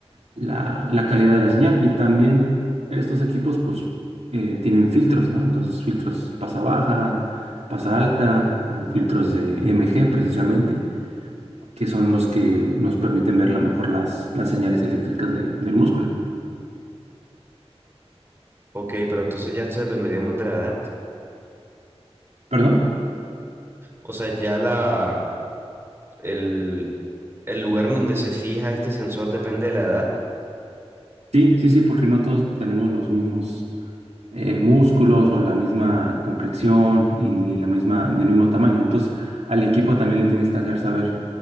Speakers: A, on the right; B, on the right.
A: la, la calidad de la señal. Y también estos equipos, pues, eh, tienen filtros, ¿no? Entonces, filtros pasa baja, pasa alta, o filtros de MG precisamente, que son los que nos permiten ver la mejor las, las señales eléctricas de- del músculo.
B: Ok, pero entonces ya esto dependería más de la edad.
A: ¿Perdón?
B: O sea, ya la, el, el lugar en donde se fija este sensor depende de la edad
A: Sí, sí, sí, porque no todos tenemos los mismos eh, músculos o la misma complexión y la misma, del mismo tamaño. Entonces, al equipo también le tienes que hacer saber